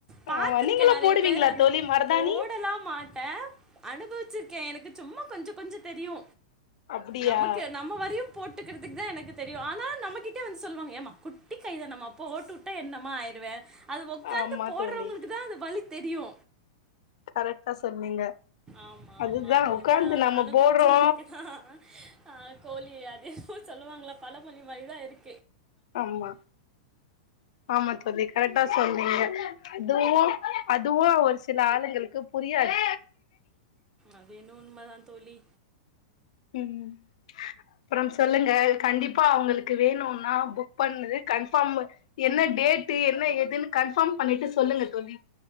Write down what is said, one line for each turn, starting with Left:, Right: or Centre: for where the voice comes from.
Right: பாத்திருக்கே
Left: ஆமா நீங்களு
Right: நறைய
Left: போடுவீங்களா
Right: பேர் அந்த
Left: தோழி
Right: மா
Left: மருதாணி
Right: <inaudible> போடலா மாட்டே அனுபவிச்சிருக்கே எனக்கு சும்மா கொஞ்ச கொஞ்சோ தெரியூ
Left: அப்டியா
Right: நமக்கு நம்ம வரையூ போட்டுக் கிறதுக்கு தா எனக்கு தெரியூ ஆனா நமக்கிட் டே வந்து சொல்லுவாங் ஏமா குட்டி கைதானம்மா போட்டு வுட்டா என்னம்மா ஆயிருவே அது ஒக்காந்து
Left: ஆமா
Right: போட்றவங்ளுக்கு
Left: தோழி
Right: தா அது வலித் தெரியூ
Left: கரெக்டா சொன்னீங்க
Right: ஆமா
Left: அதுதா
Right: ஆமா
Left: உக்காந்து
Right: ஏனா
Left: நம்ம
Right: அனுபவிச்சவங்ளுக்குதா
Left: போடுறோ
Right: ஆ கோழி அது எதுவோ சொல்லுவாங்களேப் பல மொழி மரிதா இருக்
Left: ஆமா ஆமா தோழி கரெக் டா சொன்னீங்க தூவூ அதுவூ ஒரு சில ஆளுங்களுக்கு புரியாது
Right: அதென்ன உண்மதா தோழி
Left: ம் அப்றம் சொல்லுங்க கண்டிப்பா அவுங்களுக்கு வேணூன்னா புக் பண்ணது கன்ஃபாம் என்ன டேட்டு என்ன ஏதுன்னு கன்ஃபாம் பண்ணிட்டு சொல்லுங்க தோழி